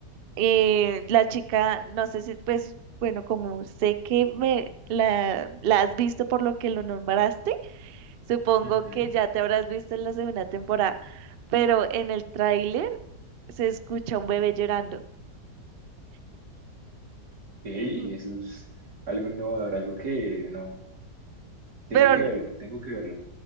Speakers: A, on the right (about 80°); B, on the right (about 65°).
A: Eh, la chica, no sé si, pues, bueno, como sé que me la, la has visto por lo que lo nombraste, supongo
B: Ujú.
A: que ya te habrás visto en la segunda temporada, pero en el tráiler se escucha un bebé llorando.
B: Eh, y
A: Mm,
B: eso es algo innovador, algo que no, tengo
A: Pero
B: que verlo, tengo que verlo.